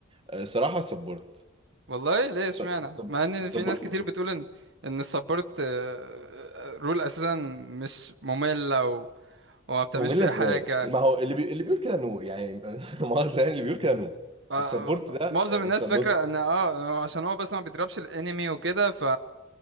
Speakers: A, on the right; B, on the right.
A: آه، الصراحه السبورت
B: والله ليه
A: الس-
B: اشمعنى
A: السب-
B: مع ان
A: السبورت
B: في ناس كتير بتقول ان ان السبورت آه، آه، رول اساسا مش مملة و... وما بتعملش
A: ممله
B: فيها
A: ازاي
B: حاجة
A: ما هو اللي بي... اللي بيقول كده نو يعني <laughs> لا مؤاخذه يعني اللي بيقول كده نو
B: آه،
A: السبورت
B: آه،
A: ده
B: معظم
A: آه،
B: الناس
A: الس- بص
B: فاكرة ان اه آه، عشان هو بس ما بيضربش الانمي وكده ف